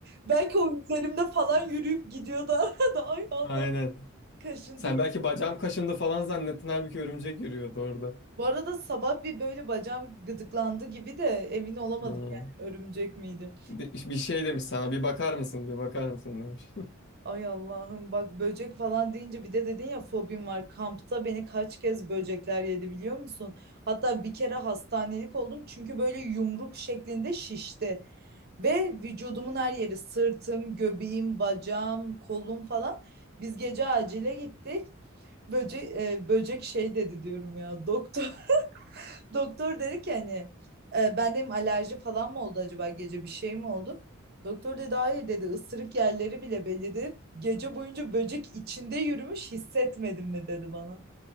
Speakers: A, on the right; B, on the left.
A: Belki o üzerimde falan yürüyüp gidiyor da <laughs> da ay Allah
B: Aynen.
A: kaşıntı.
B: Sen
A: gibi.
B: belki bacağım kaşındı falan zannettin halbuki örümcek yürüyordu orada.
A: Bu arada sabah bir böyle bacağım gıdıklandı gibi de emin olamadım
B: Hı.
A: yani örümcek miydi.
B: Bir, bir şey demiş sana bir bakar mısın bir bakar mısın demiş.
A: Ay Allah'ım bak böcek falan deyince bir de dedin ya fobim var. Kampta beni kaç kez böcekler yedi biliyor musun? Hatta bir kere hastanelik oldum çünkü böyle yumruk şeklinde şişti. Ve vücudumun her yeri sırtım, göbeğim, bacağım, kolum falan. Biz gece acile gittik. Böcek, böcek şey dedi diyorum ya doktor. Doktor dedi ki hani e, ben dedim alerji falan mı oldu acaba gece bir şey mi oldu? Doktor dedi hayır dedi ısırık yerleri bile belli dedi. Gece boyunca böcek içinde yürümüş hissetmedin mi dedi bana.